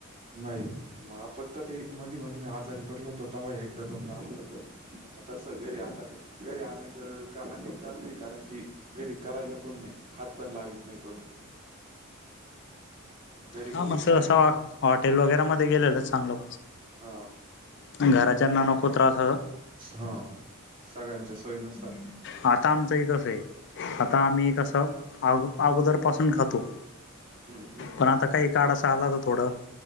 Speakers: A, on the right; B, on the left.
A: नाही मग फक्त ते मधी मधी मी आजारी पडलो होतो तव्हा एकदा दोनदा आणलं होतं म तसं घरी आता घरी आणायचं का आण कार नाही कारण की घरी करायला कोण नाही हात पण लावित नाही कोणी घरी
B: हा
A: कोणी
B: म
A: खात
B: सहसा
A: नाही ना
B: हॉटेल वगैरा मध्ये गेलेलं चांगलं
A: हा
B: म घराच्यांना नको त्रास असात
A: हा सगळ्यांच्या सोयीनुसार
B: आता आमचं तस आहे आता आम्ही कसं अगोदर पासून खातो
A: हम्म हम्म
B: पण आता काही काड असा आला त थोडं